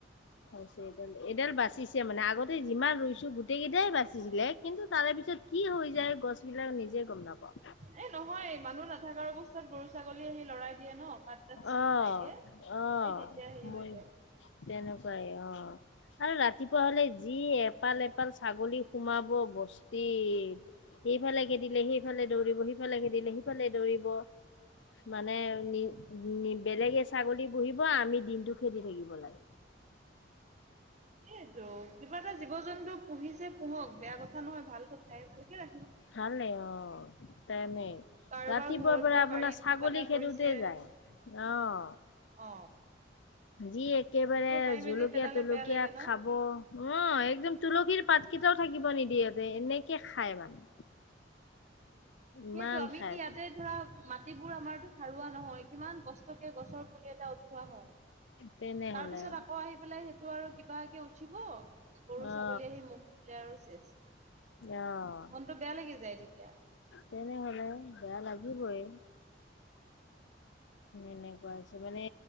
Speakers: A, on the left; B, on the right.
A: হৈছে এডাল- এডাল বাচিছ তে মানে আগতে যিমান ৰুইছো গোটেই কেইটাই বাচিছিলে কিন্তু তাৰে পিছত কি হৈ যায় গছ বিলাক নিজে গম নাপাওঁ
B: এ নহয় মানুহ নথাকাৰ অৱস্থাত গৰু ছাগলী আহি লৰাই দিয়ে ন পাত তাত ছিঙি
A: অহ
B: খাই দিয়ে
A: অহ
B: এই তেতিয়া হেৰি
A: মই
B: হৈ যায়
A: তেনেকোৱাই অহ। আৰু ৰাতিপুৱা হলে যি এপাল এপাল ছাগলী সোমাব, বস্তি সেইফালে খেদিলে সেইফালে দৌৰিব সিফালে খেদিলে সিফালে দৌৰিব, মানে নি বেলেগে ছাগলী বহিব আমি দিনটো খেদি থাকিব লাগে।
B: এইটো কিবা এটা জীৱ জন্তু পুহিছে পুহক বেয়া কথা নহয় ভাল কথাই ভালকে ৰা
A: ভালে অ তেনেই
B: কাৰোবাৰ
A: ৰাতিপুৱাৰ
B: ঘৰত
A: পৰা
B: গৈ
A: আপোনাৰ
B: বাৰীত
A: ছাগলী
B: কিবা এটা
A: খেদোতে
B: কৰিছে
A: যায়। অহ
B: অ
A: যি একেবাৰে
B: বোৰ খাই
A: জলকীয়া
B: মেলি পেলালে
A: তুলকীয়া
B: বেয়া লাগে ন
A: খাব, অ একদম তুলসীৰ পাতকেইটাও থাকিব নিদিয়ে বে এনেকে খায় মানে। ইমান
B: সেইটো আমি
A: খাই।
B: ইয়াতে ধৰা মাটিবোৰ আমাৰতো সাৰুৱা নহয় কিমান কষ্ট কে গছৰ পুলি এটা উঠোৱা হয়।
A: তেনেহলে
B: তাৰ পিছত আকৌ আহি পেলাই সেইটো আৰু কিবাকে উঠিব, গৰু
A: অ'
B: ছাগলী আহি মুখ পিলাই আৰু চেচ
A: অ'
B: মনটো বেয়া লাগি যায় তেতিয়া।
A: তেনেহলে বেয়া লাগিবই। এনেকোৱা হৈছে মানে